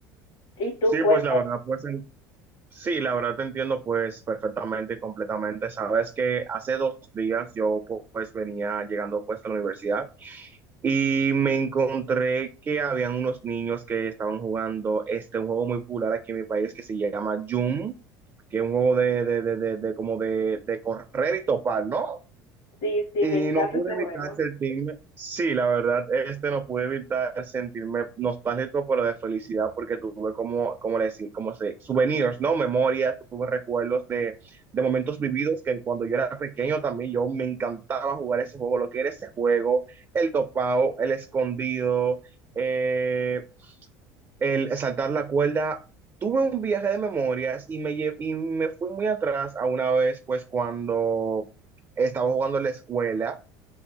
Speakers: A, on the left (about 60°); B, on the right (about 25°).
A: Y tú
B: Sí,
A: cuéntame,
B: pues la verdad, pues en- sí, la verdad te entiendo pues perfectamente y completamente. Sabes que hace dos días yo pues venía llegando pues a la universidad Y me encontré que habían unos niños que estaban jugando este, un juego muy popular aquí en mi país que se llama Jum, que es un juego de, de, de, de, de como de, de correr y topar, ¿no?
A: sí, sí,
B: Y
A: me encanta
B: no pude
A: ese
B: evitar
A: juego.
B: sentirme, sí, la verdad, este no pude evitar sentirme nostálgico, pero de felicidad, porque tuve como, como le decía, como se, souvenirs, ¿no? Memorias, tuve recuerdos de, de momentos vividos que cuando yo era pequeño también yo me encantaba jugar ese juego, lo que era ese juego, el topado, el escondido, eh, el saltar la cuerda. Tuve un viaje de memorias y me, lle- y me fui muy atrás a una vez, pues cuando estaba jugando en la escuela